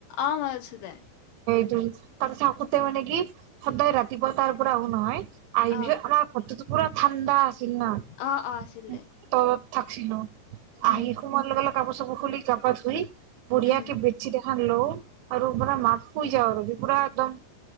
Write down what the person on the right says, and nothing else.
তাৰপিছত আাক তে মানে কি? সদদায় ৰাতিপুৱা তাৰ পৰা আহো নহয়? আহি <unintelligible>
আমাৰ তোটো পুৰা ঠাণ্ডা। <unintelligible>
থাকছিলো।
আহি সোমোৱাৰ লগে লগ কাপোৰ চাপোৰ খুলি গা-পা ধুই বঢ়িয়াকে
বেটচিত এখ হেল্ল' আৰু <unintelligible> শুই যাওঁ, আৰু পুৰা একদম